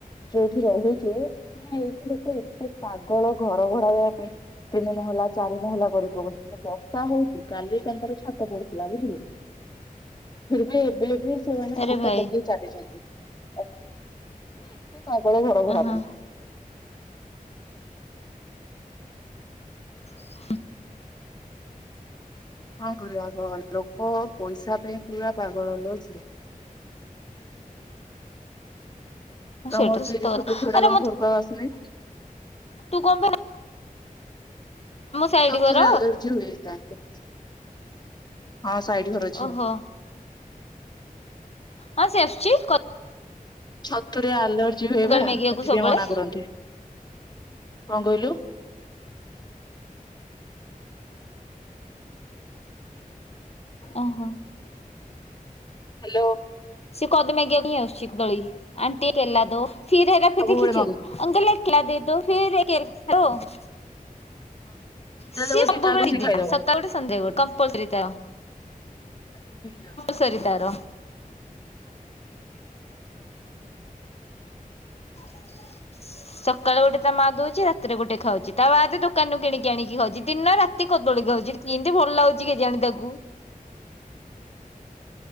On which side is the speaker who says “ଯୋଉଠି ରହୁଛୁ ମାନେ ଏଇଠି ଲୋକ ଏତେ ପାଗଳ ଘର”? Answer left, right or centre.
Left